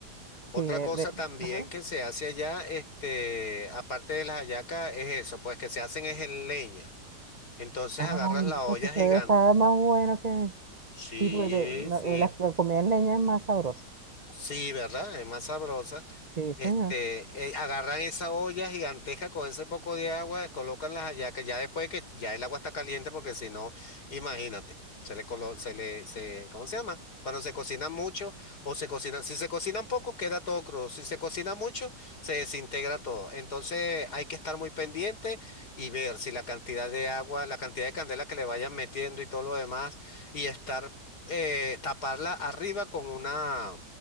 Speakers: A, on the right; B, on the left.
A: sí,
B: Otra
A: es
B: cosa
A: de,
B: también
A: ajá.
B: que se hace allá, este, aparte de las hallacas, es eso, pues que se hacen es en leña. Entonces
A: Ay,
B: agarras la
A: muchacho,
B: olla
A: se
B: gigante.
A: debe estar más bueno que,
B: Sí,
A: sí, porque de- la,
B: sí.
A: eh, la- la comida en leña es más sabrosa.
B: Sí, ¿verdad? Es más sabrosa.
A: Sí, señor.
B: Este, eh, agarran esa olla gigantesca con ese poco de agua, colocan las hallacas, ya después de que ya el agua está caliente, porque si no, imagínate, se le colo, se le, se, ¿cómo se llama? Cuando se cocina mucho o se cocina, si se cocina poco, queda todo crudo, si se cocina mucho, se desintegra todo. Entonces hay que estar muy pendiente y ver si la cantidad de agua, la cantidad de candela que le vayan metiendo y todo lo demás, y estar, eh, taparla arriba con una